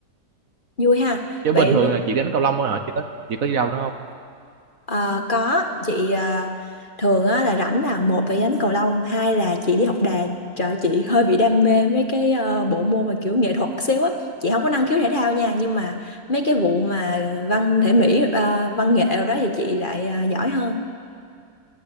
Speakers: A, on the left (about 35°); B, on the right (about 60°).
A: vui ha
B: chứ
A: vậy
B: bình thường
A: lúc
B: là chị đánh cầu lông thôi hả chị có chị có đi đâu nữa không
A: Ờ, có chị ờ, thường á, là rảnh là một là đánh cầu lông hai là chị đi học đàn trời ơi, chị hơi bị đam mê mấy cái ờ, bộ môn mà kiểu nghệ thuật xíu á chị không có năng khiếu thể thao nha nhưng mà mấy cái vụ mà văn thể mỹ ờ, văn nghệ rồi đó thì chị lại ờ, giỏi hơn